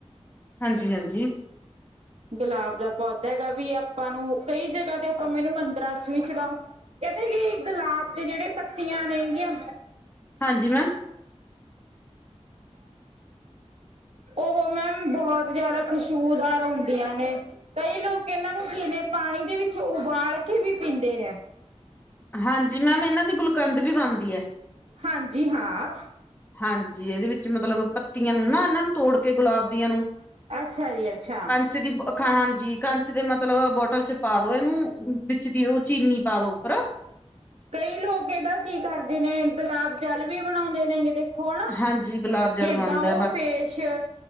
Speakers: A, on the left; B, on the right.
A: ਹਾਂਜੀ- ਹਾਂਜੀ।
B: ਗੁਲਾਬ ਦਾ ਪੌਦਾ ਹੈਗਾ ਵੀ ਆਪਾਂ ਨੂੰ ਕਈ ਜਗ੍ਹਾ ਤੇ ਆਪਾਂ ਏਨੂੰ ਮੰਦਾਰਾਂ ਚ ਵੀ ਚੜਾ ਕਹਿੰਦੇ ਕਿ ਗੁਲਾਬ ਦੇ ਜੇਹੜੇ ਪੱਤੀਆਂ ਨੇ ਗੀਆਂ।
A: ਹਾਂਜੀ ਮੈਂ
B: ਉਹ ਮੈਮ ਬਹੁਤ ਜਿਆਦਾ ਖੁਸ਼ਬੂਦਾਰ ਹੁੰਦੀਆਂ ਨੇ ਕਈ ਲੋਕ ਏਹਨਾਂ ਨੂੰ ਦਿਨੇ ਪਾਣੀ ਦੇ ਵਿੱਚ ਉਬਾਲ ਕੇ ਵੀ ਪੀਂਦੇ ਨੇ।
A: ਹਾਂਜੀ ਮੈਮ ਇਹਨਾਂ ਦੀ ਗੁਲਕੰਦ ਵੀ ਬਣਦੀ ਹੈ-
B: ਹਾਂਜੀ ਹਾਂ।
A: ਹਾਂਜੀ ਇਹਦੇ ਵਿੱਚ ਮਤਲਬ ਪੱਤੀਆਂ ਨੂੰ ਨਾ ਇਹਨਾਂ ਨੂੰ ਤੋੜ ਕੇ ਗੁਲਾਬ ਦੀਆਂ ਨੂੰ-
B: ਅੱਛਾ ਜੀ ਅੱਛਾ
A: ਕੰਚ ਦੀ ਖੰ ਹਾਂਜੀ ਕੰਚ ਦੇ ਮਤਲਬ ਅ ਬੋਟਲ ਚ ਪਾ ਦੋ ਏਨੂੰ ਵਿੱਚ ਦੀ ਓ ਚੀਨੀ ਪਾ ਦੋ। ਪਰਾ।
B: ਕਈ ਲੋਕ ਇਹਦਾ ਕੀ ਕਰਦੇ ਨੇ, ਗੁਲਾਬ ਜਲ ਵੀ ਬਣਾਉਂਦੇ ਨੇ, ਹੋ ਨਾ
A: ਹਾਂਜੀ ਗੁਲਾਬ ਜਲ
B: ਜਿੱਦਾਂ
A: ਬਣਦਾ
B: ਉਹ
A: ਬਾਕੀ
B: ਫੇਸ